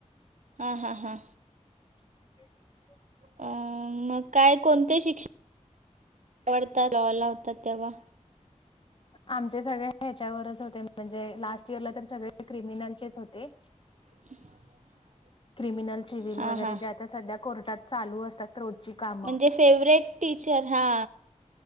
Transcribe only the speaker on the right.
हा हा हा.
अ मग काय कोणते शिक्षण आवडता लावाला होता तेव्हा?
<inaudible>
हां
हां
म्हणजे फेवरेट टीचर हा